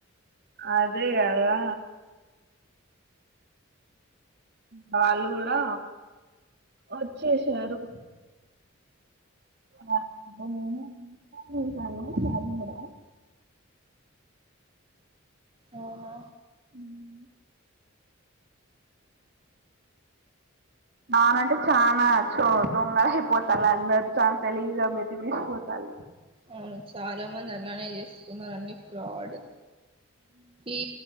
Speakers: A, on the right; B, on the right.
A: అదే గదా వాళ్ళు గుడా ఒచ్చేసారు వా <unintelligible> చూసాను <unintelligible>
B: అవునా
A: ఉమ్ నానంటే చాలా చ్చో దొంగలయిపోతాల్లందరు చాలా తెలివిగా మితి మీరి తపోతారు అవును
B: అవును చాలా మంది అలానే చేస్తున్నారు అన్ని ఫ్రాడ్
A: ఉహ్
B: ఈ